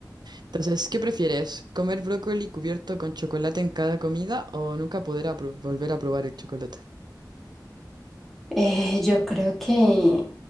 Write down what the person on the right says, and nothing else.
Entonces, ¿qué prefieres? ¿Comer brócoli cubierto con chocolate en cada comida o nunca poder apro- volver a probar el chocolate?